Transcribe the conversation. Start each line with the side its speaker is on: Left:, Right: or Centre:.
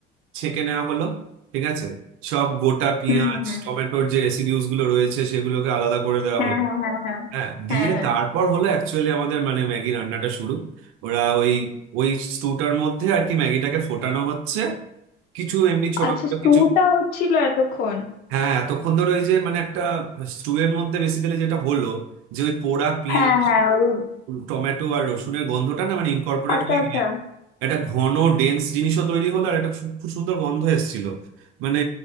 Right: ছেঁকে নেওয়া হলো ঠিক আছে সব গোটা পেঁয়াজ
Left: হুম হুম
Right: টমেটোর যে রেসিডিউস গুলো রয়েছে সেগুলোকে আলাদা করে দেওয়া
Left: হ্যাঁ
Right: হলো
Left: হ্যাঁ হ্যাঁ হ্যাঁ
Right: হ্যাঁ দিয়ে
Left: হ্যাঁ হ্যাঁ
Right: তারপর হলো অ্যাকচুয়ালি আমাদের মানে ম্যাগি রান্নাটা শুরু ওরা ওই ওই স্টুটার মধ্যে আর কি ম্যাগিটাকে ফোটানো হচ্ছে কিছু এমনি ছোটখাটো
Left: আচ্ছা স্টুটা
Right: কিছু
Left: হচ্ছিল এতক্ষণ
Right: হ্যাঁ এতক্ষণ ধরে ওই যে মানে একটা স্টুয়ের মধ্যে বেসিক্যালি যেটা হলো যে ওই পোড়া পেঁয়াজ
Left: হ্যাঁ হ্যাঁ ওই
Right: টমেটো আর রসুনের গন্ধটা না মানে ইনকর্পোরেট
Left: আচ্ছা
Right: হয়ে
Left: আচ্ছা
Right: গিয়ে একটা ঘন ডেন্স জিনিসও তৈরি হলো আর একটা খুব খুব সুন্দর গন্ধ এসেছিল মানে